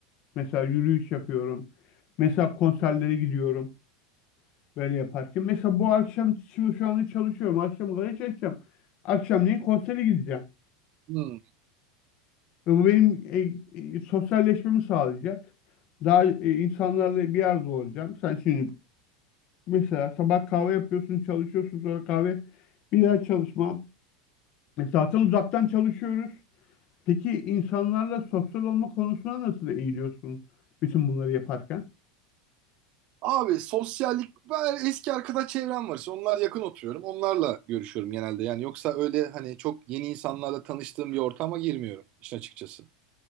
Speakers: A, on the left; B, on the right.
A: Mesela yürüyüş yapıyorum. Mesela konserlere gidiyorum. Böyle yaparken. Mesela bu akşam şimdi şu anda çalışıyorum. Akşam kadar çalışacağım. Akşamleyin konsere gideceğim.
B: Hmm.
A: Ve bu benim e, e, sosyalleşmemi sağlayacak. Daha e, insanlarla bir arada olacağım. Sen şimdi mesela sabah kahve yapıyorsun, çalışıyorsun sonra kahve bir daha çalışma. E, zaten uzaktan çalışıyoruz. Peki insanlarla sosyal olma konusuna nasıl eğiliyorsun bütün bunları yaparken?
B: Abi sosyallik, ben eski arkadaş çevrem var. İşte onlar yakın oturuyorum. Onlarla görüşüyorum genelde. Yani yoksa öyle hani çok yeni insanlarla tanıştığım bir ortama girmiyorum işin açıkçası.